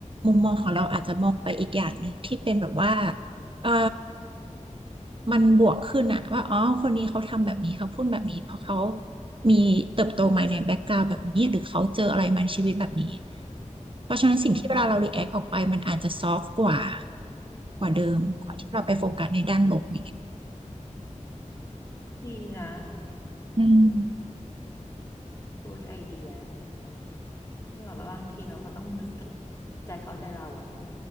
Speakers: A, on the right; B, on the left.
A: มุมมองของเราอาจจะมองไปอีกอย่างหนึ่งที่เป็นแบบว่า เออมันบวกขึ้นอะว่าอ๋อคนนี้เขาทำแบบนี้เขาพูดแบบนี้เพราะเขามีเติบโตมาในแบ็กกราวด์แบบนี้หรือเขาเจออะไรมาในชีวิตแบบนี้เพราะฉะนั้นสิ่งที่เวลาเรารีแอคออกไปมันอาจจะซอฟต์กว่า
B: อืม
A: กว่าเดิมกว่าที่เราไปโฟกัสในด้านลบอย่างเงี้ย
B: อืมอืมดีนะ
A: อืม
B: good idea ที่แบบว่าบางทีเราก็ต้องนึกคิดใจเขาใจเราอะเนาะ